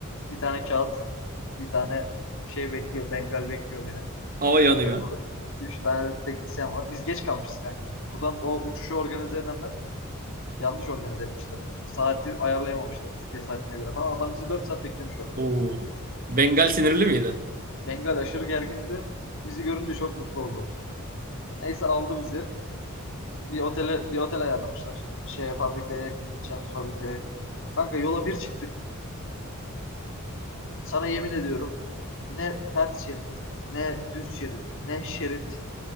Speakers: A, on the left; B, on the right.
A: Bir tane kağıt, bir tane şey bekliyor. Bengal bekliyor beni.
B: Hava yanıyor.
A: Yanında da 3 tane de teknisyen var. Biz geç kalmışız kanka. Buradan o uçuşu organize edenler yanlış organize etmişler. Saati ayarlayamamışlar Türkiye saatine göre falan. Adam bizi 4 saat beklemiş orada.
B: Oo. Bengal sinirli miydi?
A: Bengal aşırı gergindi. Bizi görünce çok mutlu oldu. Neyse aldı bizi. Bir otele bir otel ayarlamışlar. Şeye fabrikaya yakın gideceğimiz fabrikaya yakın. Kanka yola bir çıktık. Sana yemin ediyorum ne ters şerit, ne düz şerit, ne şerit